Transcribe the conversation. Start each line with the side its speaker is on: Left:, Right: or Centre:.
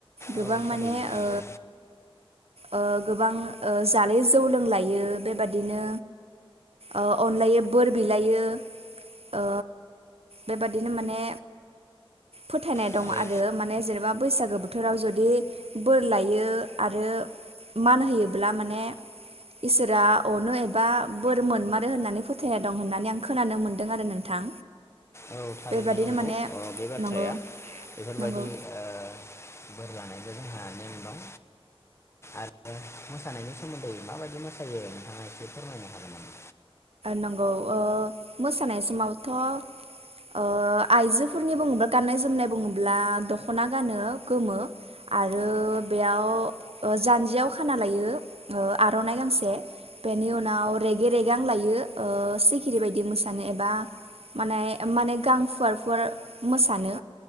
Right: गोबां
Left: औ थारैनो
Right: माने
Left: नो
Right: ओ
Left: नोंगौ
Right: ओ गोबां ओ जालै जौ लोंलायो बेबादिनो ओ अनलायो बोर बिलायो ओ बेबादिनो माने फोथायनाय
Left: थारै
Right: दं आरो माने जेनेबा बैसागो बोथोराव जुदि बोर लायो आरो मान होयोब्ला माने इसोरा अनो एबा बोर मोनमारो होननानै फोथायनाय दं होननानै आं खोनानो मोन्दों आरो नोंथां।
Left: औ थारैनो
Right: बेबादिनो
Left: नंगौ
Right: माने
Left: ओ बेबादि बाथ्राया
Right: नंगौ
Left: बेफोरबायदि
Right: नंगौ
Left: ओ बोर मोसानायबो जोंहा नेम दं आरो मोसानायनि सोमोन्दै माबायदि मोसायो नोंथाङा एसे फोरमायनो हागोन नामा?
Right: नंगौ मोसानाय समावथआइजोफोरनि बुङोब्ला गान्नाय जोमनाय बुङोब्ला दखना गानो गोमो आरो बेयाव जान्जियाव खाना लायो आरनाइ गांसे बेनि उनाव रेगे रेगा आं लायो सिखिरि बायदि मोसानो एबा माने माने गांफुवारफोरु मोसानो